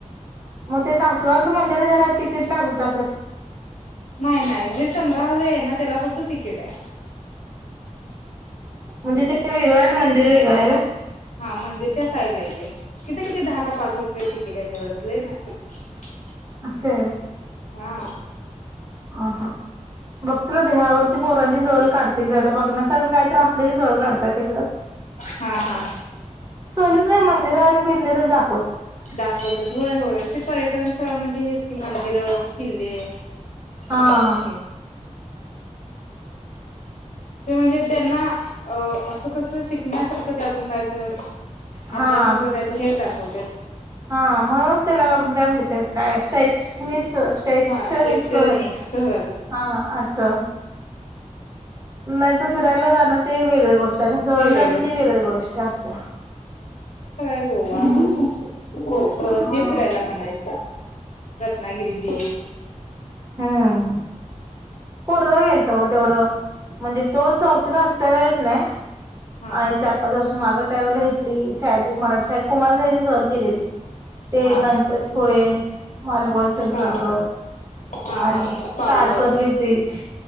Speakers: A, on the right (about 25°); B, on the left (about 70°).
A: मग ते तासगावातलं मंदिर आहे, त्याला तिकीट लागत असल?
B: नाही, नाही. जे संग्रहालय आहे ना, त्याला फक्त तिकीट आहे.
A: म्हणजे ते वेगळं आणि मंदिर वेगळं आहे होय?
B: हा, मंदिरच्या साईडला ते तिथे किती, दहा का पाच रुपये तिकिट आहे. एवढंच लय नाही <unintelligible>
A: असं
B: हा.
A: अ, हा. बघतील ते. ह्या वर्षी पोरांची सहल काढतील ते. आता बघण्यासारखं काही असले की, सहल काढताय तिकडंच
B: हा हा
A: सहलीत काय मंदिर आणि बिंदीर दा
B: दाखवत्यात. होय, होय. ते पर्यटन स्थळ, म्हणजे हेच की मंदि र. किल्ले असलंच
A: हा
B: की ते म्हणजे त्यांना असं कसं शिक शिकण्यासारखं, त्यातून काहीतर
A: हा
B: अभ्यासातलं काहीतरी, हेच दाखवतात.
A: हा, म्हणूनच त्याला आपण काय म्हणत्यात ते काय, शैक्षणिस शैक्षणिक
B: हा शैक्षणिक
A: सहल
B: सहल
A: हा. असं म <unintelligible> नंतर फिरायला जाणं, ते वेगळी गोष्ट आणि सहल
B: ते वेगळं
A: जाणे, ती वेगळी गोष्ट असत्या.
B: गवा <inaudible> कोकण
A: हा.
B: हे फिरायला म्हणायचा, रत्नागिरी बीच
A: हम्म, पोरगं गेलं त तेवढं म्हणजे तो चौथीत असत्यावेळेस नाही,
B: हा
A: आणि चार पाच वर्ष मा माग त्यावेळेला येथली शाळेतली मराठीत शाळेत कुमारशाळेची सहल गेलेली होती. ते
B: हा
A: गणपतीपुळे, मालवण, सिंधुदुर्ग
B: हा हा
A: आणि
B: हा पावस
A: तारकर्ली बीच